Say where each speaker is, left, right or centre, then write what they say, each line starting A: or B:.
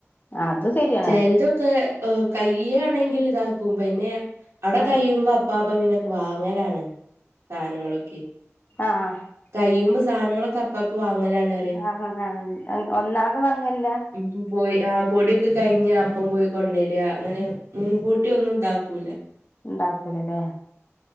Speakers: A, on the left; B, on the right.
A: അത് ശര്യ.
B: ചെലതൊക്കെ കയ്യാണെങ്കിൽ താക്കും. പിന്നെ അവിടെ
A: ഉം
B: കഴിയുമ്പോ <unintelligible> പാപ്പ പിന്നെ വാങ്ങലാണ് സാധനങ്ങളൊക്കെ.
A: ആ ആ
B: കയ്യുമ്പോ സാധനങ്ങളൊക്കെ അപ്പൊപ്പൊ വാങ്ങലാണ്. പറയാ
A: ആ ഒന്നാകെ വാങ്ങൽല്ലാ?
B: ഉം പോയി ആ പൊടിയൊക്കെ കഴിഞ്ഞ അപ്പൊ പോയി കൊണ്ടുവരാ അങ്ങനെ മുൻകൂട്ടി ഒന്നും താക്കൂല.
A: ണ്ടാക്കൂലല്ലേ